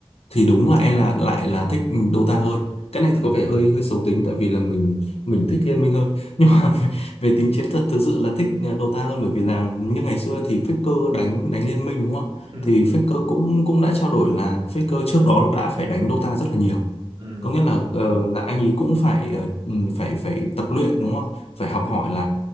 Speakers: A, on the left; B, on the right.
A: thì đúng là em là lại là thích Dota hơn cái này
B: Ừm,
A: có vẻ hơi hơi xấu tính tại vì là mình mình thích Liên Minh hơn nhưng
B: ừm,
A: mà <laughs> về tính chiến thuật thực sự là thích ờ, Dota hơn bởi vì là như ngày xưa thì Faker đánh đánh Liên Minh đúng không ạ?
B: ừm,
A: thì Faker cũng cũng đã trao đổi là Faker trước đó đã phải đánh Dota rất là nhiều
B: ừm,
A: có nghĩa là ờ, là anh ấy cũng phải ờ, ừ, phải phải tập luyện đúng không phải
B: ừm,
A: học hỏi là